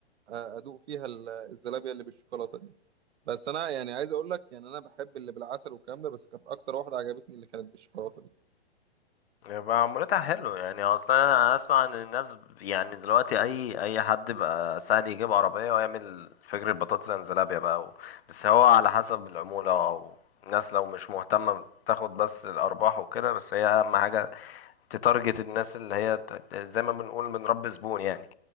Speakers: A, on the right (about 75°); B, on the left (about 60°).
A: آه، ادوق فيها ال- الزلابيه اللي بالشوكولاته دي بس انا يعني عايز اقول لك يعني انا بحب اللي بالعسل والكلام ده بس كانت اكتر واحده عجبتني اللي كانت بالشوكولاته دي
B: يبقى عمولتها حلو يعني اصلا انا اسمع ان الناس يعني دلوقتي اي اي حد بقى سهل يجيب عربيه ويعمل فجر البطاطس انزلابيا بقى و... بس هو على حسب العموله او الناس لو مش مهتمه تاخد بس الارباح وكده بس هي اهم حاجه تتارجت الناس اللي هي ت- زي ما بنقول بنربي زبون يعني